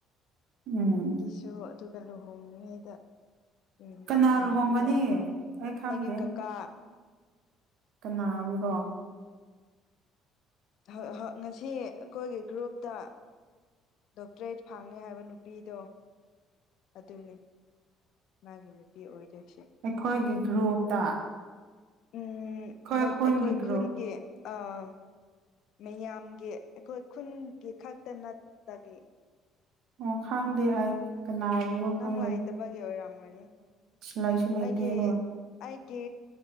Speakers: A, on the right; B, on the left.
A: <unintelligible>
B: ꯀꯤꯁꯨ ꯑꯗꯨꯒ ꯂꯨꯍꯣꯡꯉꯤꯉꯩꯗ ꯌꯦ
A: ꯀꯅꯥ
B: ꯌꯦꯡꯕꯤꯌꯣꯅ
A: ꯂꯨꯍꯣꯡꯒꯅꯤ ꯑꯩ ꯈꯪꯗꯦ
B: ꯑꯩꯒꯤ ꯀꯀꯥ
A: ꯀꯅꯥꯕꯨꯔꯣ
B: <unintelligible> ꯉꯁꯤ ꯑꯩꯈꯣꯏꯒꯤ ꯒ꯭ꯔꯨꯞꯇ ꯗꯣꯛꯇꯔꯦꯠ ꯐꯥꯡꯉꯦ ꯍꯥꯏꯕ ꯅꯨꯄꯤꯗꯣ ꯑꯗꯨꯅꯤ ꯃꯥꯒꯤ ꯅꯨꯄꯤ ꯑꯣꯏꯗꯣꯏꯁꯦ
A: ꯑꯩꯈꯣꯏꯒꯤ ꯒ꯭ꯔꯨꯞꯇ
B: ꯎꯝ
A: ꯑꯩꯈꯣꯏ
B: ꯅꯣꯢ
A: ꯈꯨꯟꯒꯤ
B: ꯑꯩꯈꯣꯏ
A: ꯒ꯭ꯔꯨꯞ
B: ꯈꯨꯟꯒꯤ ꯑꯥ ꯃꯤꯌꯥꯝꯒꯤ ꯑꯩꯈꯣꯏ ꯈꯨꯟꯒꯤ ꯈꯛꯇ ꯅꯠꯇꯒꯤ
A: ꯑꯣ ꯈꯪꯗꯦ ꯑꯩ ꯀꯅꯥꯕꯨꯔꯣ
B: ꯑꯣ
A: ꯈꯪꯗꯦ
B: ꯅꯪ ꯂꯥꯏꯇꯕꯒꯤ ꯑꯣꯏꯔꯝꯒꯅꯤ
A: ꯂꯥꯏꯁꯨ ꯂꯩꯇꯦ
B: ꯑꯩꯒꯤ
A: ꯍꯣꯏ
B: ꯑꯩꯒꯤ